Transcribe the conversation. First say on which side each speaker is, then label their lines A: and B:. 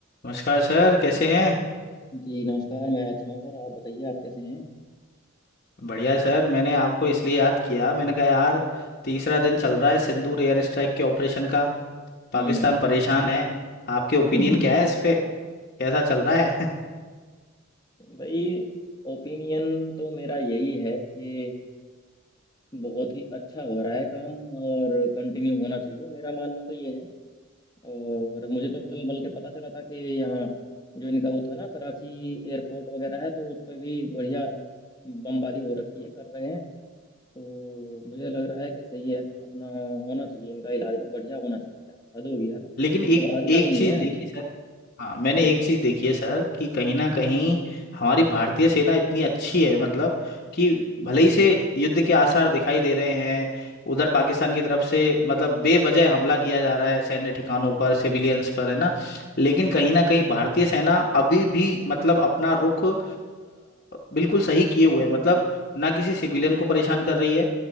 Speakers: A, on the left; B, on the left.
A: नमस्कार सर कैसे हैं
B: जी नमस्कार मैं अच्छा हूँ सर आप बताइए आप कैसे हैं
A: बढ़िया सर मैंने आपको इसलिए याद किया मैंने कहा यार तीसरा दिन चल रहा है सिंदूर एयर स्ट्राइक के ऑपरेशन का पाकिस्तान
B: हम्म
A: परेशान है आपके ओपिनियन
B: <laughs>
A: क्या है इस पे कैसा चल रहा है
B: भाई ओपिनियन तो मेरा यही है कि बहुत ही अच्छा हो रहा है काम और कंटिन्यू होना चाहिए मेरा मानना तो ये है और मुझे तो कल बल्कि पता चला था कि यहाँ जो इनका वो था ना कराची एयरपोर्ट वगैरह है तो उस पर भी बढ़िया बमबारी हो रखी है कर रहे हैं तो मुझे लग रहा है कि सही है अपना होना चाहिए इनका इलाज ना बढ़िया होना चाहिए यार हद होगी
A: <laughs>
B: यार
A: लेकिन एक
B: मतलब आज
A: एक
B: का नहीं
A: चीज
B: है
A: देखी सर हाँ मैंने
B: जी
A: एक चीज देखी है सर कि कहीं ना कहीं हमारी भारतीय सेना इतनी अच्छी है मतलब कि भले ही से युद्ध के आसार दिखाई दे रहे हैं उधर पाकिस्तान की तरफ से मतलब बेवजह हमला किया जा रहा है सैन्य ठिकानों पर सिविलियंस पर है ना लेकिन कहीं ना कहीं भारतीय सेना अभी भी मतलब अपना रुख अ, बिल्कुल सही किए हुए है मतलब ना किसी सिविलियन को परेशान कर रही है